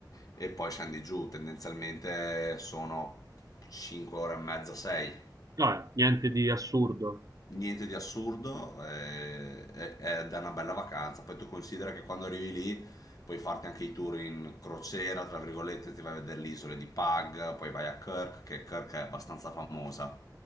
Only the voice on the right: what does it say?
Vabbè, niente di assurdo.